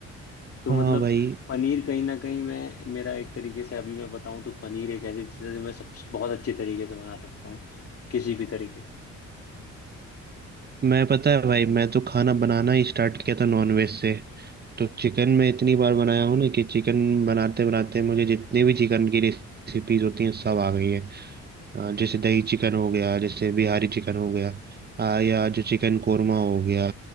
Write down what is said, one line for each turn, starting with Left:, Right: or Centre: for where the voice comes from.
Left: तो
Right: हाँ
Left: मतलब
Right: भाई
Left: पनीर कहीं ना कहीं मैं मेरा एक तरीके से अभी मैं बताऊं तो पनीर एक ऐसी चीज़ है जो मैं सब बहुत अच्छे तरीके से बना सकता हूँ किसी भी तरीके
Right: मैं पता है भाई मैं तो खाना बनाना ही स्टार्ट किया था नॉनवेज से तो चिकन मैं इतनी बार बनाया हूँ ना कि चिकन बनाते बनाते मुझे जितनी भी चिकन की रेसिपीज होती हैं सब आ गई है अ, जैसे दही चिकन हो गया जैसे बिहारी चिकन हो गया अ, या जो चिकन कोरमा हो गया